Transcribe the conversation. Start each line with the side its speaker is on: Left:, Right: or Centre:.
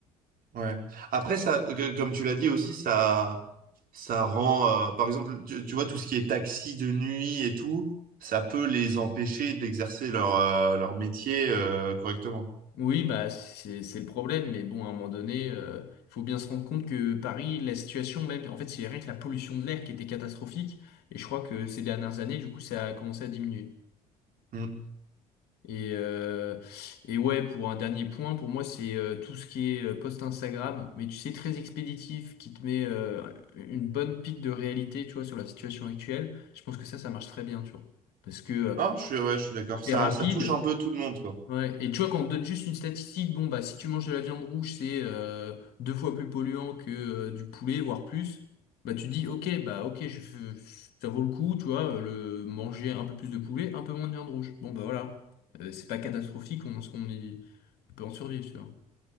Right: Ouais. Après, ça, que- comme tu l'as dit aussi, ça, ça rend, euh, par exemple, tu, tu vois, tout ce qui est taxi de nuit et tout, ça peut les empêcher d'exercer leur, euh, leur métier, euh, correctement.
Left: Oui, bah c'est c'est le problème, mais bon, à un moment donné, euh, faut bien se rendre compte que Paris, la situation même, en fait, c'est rien que la pollution de l'air qui était catastrophique, et je crois que ces dernières années, du coup, ça a commencé à diminuer.
Right: Mm.
Left: Et, euh, et ouais, pour un dernier point, pour moi, c'est euh, tout ce qui est euh, post Instagram, mais tu sais, très expéditif, qui te met euh, une bonne pique de réalité, tu vois, sur la situation actuelle. Je pense que ça, ça marche très bien, tu vois. Parce que euh,
Right: Non, je suis, ouais, je suis d'accord. Ça,
Left: c'est rapide,
Right: ça touche un peu tout le monde, quoi.
Left: Ouais, et tu vois, quand on te donne juste une statistique, bon, bah, si tu manges de la viande rouge, c'est euh, deux fois plus polluant que euh, du poulet, voire plus, bah, tu dis, ok, bah, ok, je, je- ça vaut le coup, tu vois, euh, le manger un peu plus de poulet, un peu moins de viande rouge. Bon, bah, voilà. Euh, c'est pas catastrophique, on, en- on, y- on peut en survivre, tu vois.